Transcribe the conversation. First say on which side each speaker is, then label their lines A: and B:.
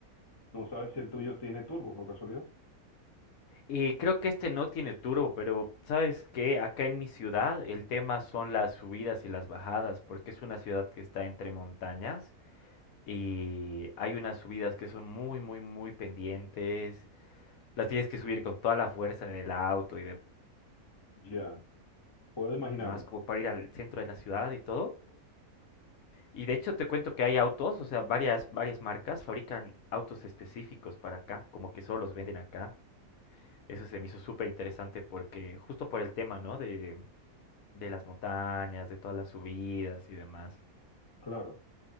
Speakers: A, on the left; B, on the left.
A: No sabes si el tuyo tiene turbo, por casualidad.
B: Eh, creo que este no tiene turbo, pero sabes que acá en mi ciudad el tema son las subidas y las bajadas, porque es una ciudad que está entre montañas y hay unas subidas que son muy, muy, muy pendientes. Las tienes que subir con toda la fuerza del auto y
A: Ya, puedo imaginarme,
B: demás, como para ir al centro de la ciudad y todo. Y de hecho te cuento que hay autos, o sea, varias, varias marcas fabrican autos específicos para acá, como que solo los venden acá. Eso se me hizo súper interesante porque justo por el tema, ¿no? De, de las montañas, de todas las subidas y demás.
A: claro.